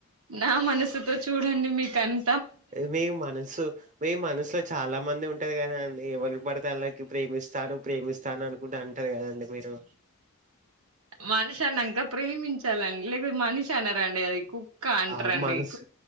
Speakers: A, on the right; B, on the right.
A: నా మనసుతో చూడండి మీకు అని
B: మే మనసు మే మనసులో చాలా మంది ఉంటు కద ఏవళ పడతల్లకి ప్రేమిస్తారు ప్రేమిస్తాను అనుకుంటే అంటారు కదాండి మీరు
A: మనిషి అనింక ప్రేమించాలండి లేక మనిషి అన రండి అది అంటారండి
B: ఆ మనస్